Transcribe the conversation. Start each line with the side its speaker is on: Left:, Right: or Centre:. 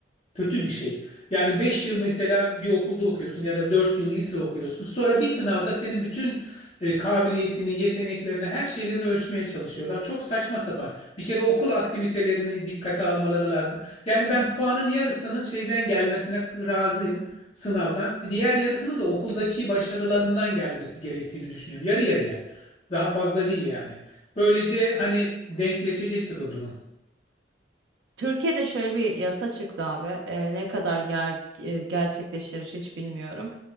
Left: kötü bir şey. Yani 5 yıl mesela bir okulda okuyorsun ya da 4 yıl lise okuyorsun. Sonra bir sınavda senin bütün e, kabiliyetini, yeteneklerini, her şeylerini ölçmeye çalışıyorlar. Çok saçma sapan. Bir kere okul aktivitelerini dikkate almaları lazım. Yani ben puanın yarısının şeyden gelmesine razıyım sınavdan. Diğer yarısının da okuldaki başarılarından gelmesi gerektiğini düşünüyorum. Yarı yarıya. Daha fazla değil yani. Böylece hani denkleşecektir o durum.
Right: Türkiye'de şöyle bir yasa çıktı abi. Ee, ne kadar ger e, gerçekleşir hiç bilmiyorum.